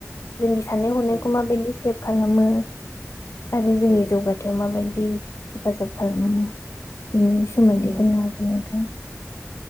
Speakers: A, on the left; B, on the left.
A: जोंनि साननाय हनायखौ
B: औ
A: माबायदि सेप खालामो आरो जोंनि
B: औ
A: जौगाथायाव माबायदि हेफाजाब खालामो बिनि सोमोन्दै
B: नंगौ
A: होननो हागोन नोंथाङा